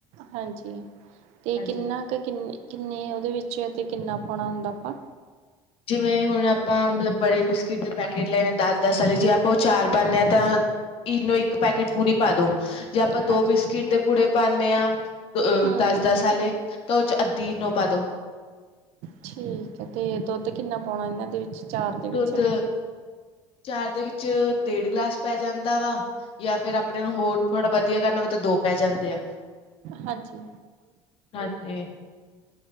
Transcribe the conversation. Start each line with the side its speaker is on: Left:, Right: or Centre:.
Right: ਹਾਂਜੀ ਤੇ
Left: ਹਾਂਜੀ
Right: ਕਿੰਨਾ ਕ ਕਿੰਨੇ ਕਿੰਨੇ ਓਦੇ ਵਿੱ ਬੱਚਿਆ ਤੇ ਕਿੰਨਾ ਪਾਣਾ ਹੁੰਦਾ ਆਪਾ?
Left: ਜਿਵੇਂ ਹੁਣ ਅਪਾਂ ਮਤਲਬ ਬੜੇ ਬਿਸਕਿਟ ਦੇ ਪੈਕੇਟ ਲਏ ਨੇ ਦਸ ਦਸ ਆਲੇ, ਜੇ ਆਪਾਂ ਔ ਚਾਰ ਪਾਣੇ ਆਂ ਤਾਂ ਇਨੋ ਇੱਕ ਪੈਕੇਟ ਪੂਰੀ ਪਾ ਦੋ। ਜੇ ਆਪਾਂ ਦੋ
Right: ਹਾਂਜੀ
Left: ਬਿਸਕਿਟ ਦੇ ਪੂੜੇ ਪਾਣੇ ਆਂ ਅ
Right: ਹੂੰ-ਹੂੰ-ਹੂੰ
Left: ਦਸ ਦਸ ਆਲੇ ਤਾ ਓਦੇ ਚ ਅੱਧੀ ਇਨੋ ਪਾ ਦੋ।
Right: ਠੀਕ ਹੈ ਤੇ ਦੁੱਧ ਕਿੰਨਾ ਪੋਣਾ ਇਨਾਂ ਦੇ ਵਿੱਚ? ਚਾਰ ਦੇ ਵਿੱਚ
Left: ਦੁੱਧ ਚਾਰ ਦੇ ਵਿੱ ਚ ਡੇਢ ਗਲਾਸ ਪੈ ਜਾਂਦਾ ਵਾ ਯਾ ਫੇਰ ਆਪਣੇ ਨੂੰ ਹੋਰ ਥੋੜਾ ਵਧੀਆ ਕਰਨਾ ਵਾ ਤਾਂ ਦੋ ਪੈ ਜਾਂਦੇ ਆ।
Right: ਹਾਂਜੀ,
Left: ਹਾਂਜੀ